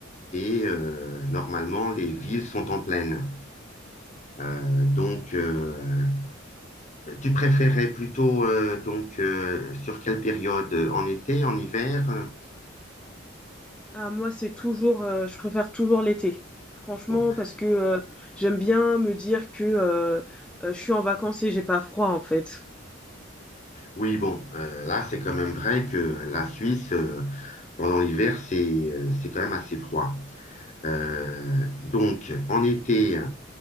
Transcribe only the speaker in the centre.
Ah moi c'est toujours, euh, je préfère toujours l'été, franchement
parce que euh, j'aime bien me dire que euh, euh, je suis en vacances et j'ai pas froid en fait.